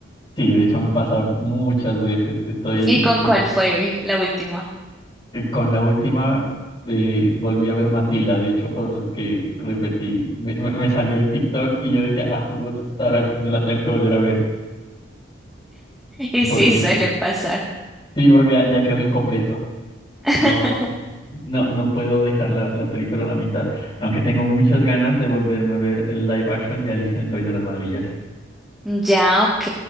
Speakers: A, on the left; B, in the centre.
A: Sí, de hecho me pasa muchas veces. Estoy
B: ¿Y con cuál fue la última?
A: Eh, Con la última eh, volví a ver Matilda, de hecho, porque repetí, me, me- me salió el TikTok y yo decía, ah, puta, ahora me la tengo que volver a ver,
B: Y sí,
A: porque
B: suele
A: me-
B: pasar.
A: sí, porque ya, ya quedó incompleto.
B: <laughs>
A: No, no, no puedo dejar la, la película a la mitad, aunque tengo muchas ganas de volverme a ver el live action de Alicia en el País de las Maravillas.
B: Ya, ok.